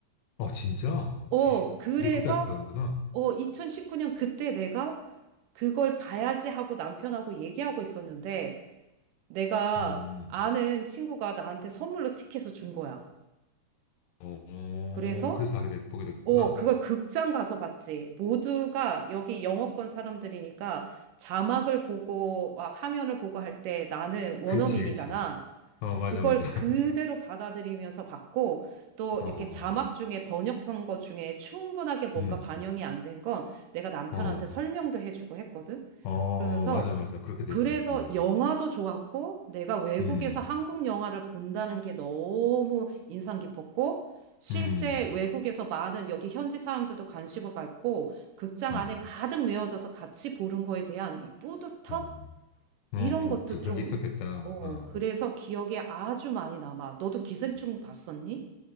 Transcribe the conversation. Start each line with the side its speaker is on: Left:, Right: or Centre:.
Left: 어, 진짜?
Right: 어, 그래서,
Left: 이게 거기까지 가는구나.
Right: 어, 2019년 그때 내가 그걸 봐야지 하고 남편하고 얘기하고 있었는데, 내가
Left: 음,
Right: 아는 친구가 나한테 선물로 티켓을 준 거야.
Left: 어, 어,
Right: 그래서,
Left: 그래서 보게 됐, 보게 됐구나.
Right: 어, 그걸 극장 가서 봤지. 모두가 여기 영어권 사람들이니까 자막을 보고 막 화면을 보고 할 때 나는 원어민이잖아.
Left: 그렇지, 그렇지. 어, 맞아,
Right: 그걸
Left: 맞아.
Right: 그대로 받아들이면서 봤고, 또
Left: <laughs> 어,
Right: 이렇게 자막 중에 번역한 거 중에 충분하게 뭔가
Left: 음,
Right: 반영이 안 된 건 내가 남편한테
Left: 어,
Right: 설명도 해주고 했거든.
Left: 어,
Right: 그러면서
Left: 맞아, 맞아. 그렇게 되지.
Right: 그래서
Left: 어,
Right: 영화도 좋았고, 내가 외국에서
Left: 음,
Right: 한국 영화를 본다는 게 너무 인상 깊었고, 실제
Left: 음,
Right: 외국에서 많은 여기 현지 사람들도 관심을 갖고, 극장
Left: 음,
Right: 안에 가득 메워져서 같이 보는 거에 대한 이 뿌듯함?
Left: 어, 어,
Right: 이런 것도
Left: 맞아 그런
Right: 좀,
Left: 게 있었겠다.
Right: 어,
Left: 어.
Right: 그래서 기억에 아주 많이 남아. 너도 기생충 봤었니?